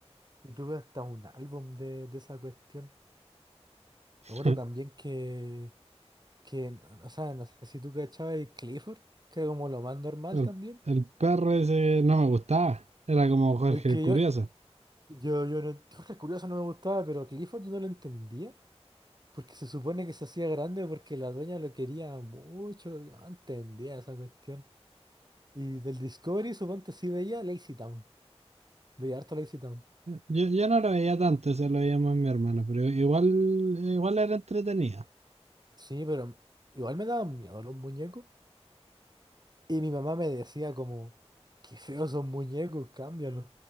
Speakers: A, on the right; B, on the right.
A: y tuve hasta un álbum de, de esa cuestión.
B: <laughs>
A: Me acuerdo también que, que, o sea, no sé si tú cachabas el Clifford, que era como lo más normal
B: El,
A: también.
B: el perro ese no me gustaba. Era como Jorge
A: Es que
B: el Curioso.
A: yo, yo, yo no, Jorge Curioso no me gustaba, pero Clifford yo no lo entendía. Porque se supone que se hacía grande porque la dueña lo quería mucho. Yo no entendía esa cuestión. Y del Discovery, suponte, sí veía Lazy Town. Veía harto Lazy Town.
B: Yo, yo no lo veía tanto, se lo veía más mi hermano, pero igual, igual era entretenida.
A: Sí, pero igual me daban miedo los muñecos. Y mi mamá me decía como, qué feos son muñecos, cámbialos.